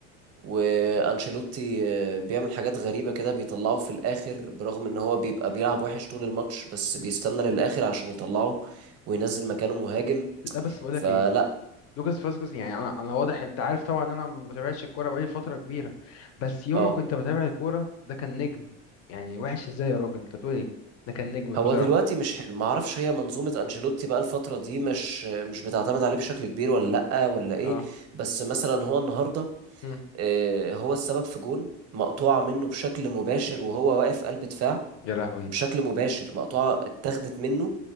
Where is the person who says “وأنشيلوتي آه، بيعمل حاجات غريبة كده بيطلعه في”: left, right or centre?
Right